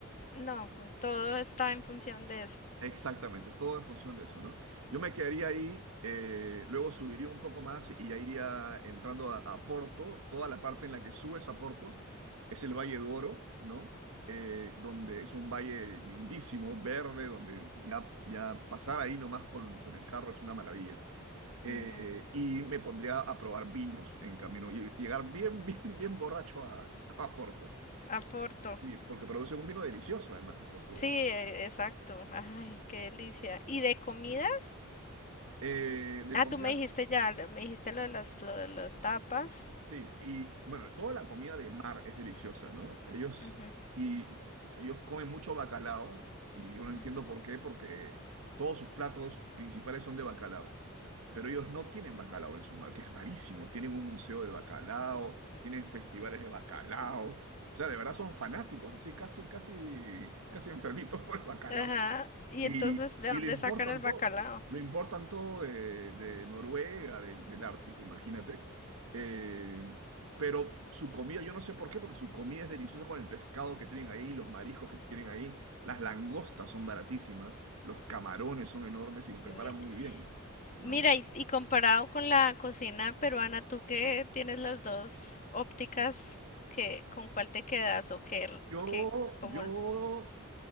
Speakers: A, on the left; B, on the right.
A: No, todo está en función de eso.
B: Exactamente, todo en función de eso, ¿no? Yo me quedaría ahí, eh, luego subiría un poco más y ya iría entrando a, a Porto. Toda la parte en la que subes a Porto es el Valle do Oro, ¿no? Eh, donde es un valle lindísimo, verde, donde ya, ya pasar ahí nomás con, con el carro es una maravilla. Eh,
A: Ujú.
B: y me pondría a probar vinos en camino y llegar bien, <laughs> bien, bien borracho a, a Porto.
A: Aporto.
B: Sí, porque producen un vino delicioso, además, los portugueses.
A: Sí, e- exacto. Ay, qué delicia. ¿Y de comidas?
B: Eh, de
A: Ah,
B: comidas
A: tú me dijiste ya, lo- me dijiste lo de las, lo de las tapas.
B: Sí, y bueno, toda la comida de mar es deliciosa, ¿no? Ellos,
A: Ujú,
B: y, ellos comen mucho bacalao y yo no entiendo
A: ujú.
B: por qué, porque todos sus platos principales son de bacalao, pero ellos no tienen bacalao en su mar, que es rarísimo. Tienen un museo del bacalao, tienen festivales de bacalao, o sea, de verdad son fanáticos, así casi, casi, casi enfermitos <laughs> por el bacalao.
A: Ajá. Y
B: Y,
A: entonces, ¿de
B: y
A: dónde
B: lo importan
A: sacan el bacalao?
B: todo, lo importan todo de, de Noruega, del, del Ártico, imagínate. Eh, pero su comida, yo no sé por qué, porque su comida es deliciosa con el pescado que tienen ahí, los mariscos que tienen ahí, las langostas son baratísimas, los camarones son enormes y los preparan
A: Mi-
B: muy bien, ¿no?
A: Mira, y, y comparado con la cocina peruana, tú que tienes las dos ópticas, que, ¿con cuál te quedas? ¿O qué, r-
B: Yo,
A: qué, cómo?
B: yo,
A: l-